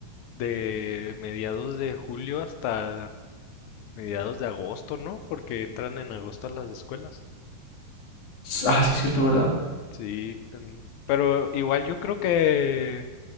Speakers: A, on the left; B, on the left.
A: de mediados de julio hasta mediados de agosto, ¿no? Porque entran en agosto las escuelas.
B: Ah, sí, es cierto, ¿verdad?
A: Sí, en- pero igual yo creo que